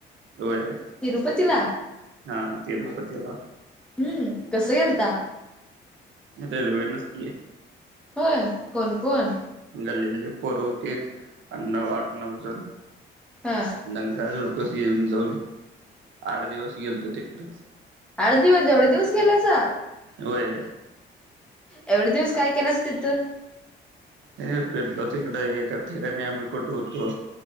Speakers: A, on the right; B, in the centre.
A: होय
B: तिरुपती ला
A: हा तिरुपतीला
B: हम्म कसं गेलता
A: रेल्वे नच की
B: होय कोण? कोण?
A: गल्लीतली पोर होतीत आणि नऊ आठ, नऊ जण
B: हा
A: दंगा धुडकूस येऊन जाऊन आठ दिवस गेलतो तो तिकडेच.
B: आड दिवस एवढे दिवस गेलायसा
A: होय
B: एवढे दिवस काय केल्यास तिथं?
A: हे फिरलो तिकड एका ठिकाणी आम्ही कुठे होतो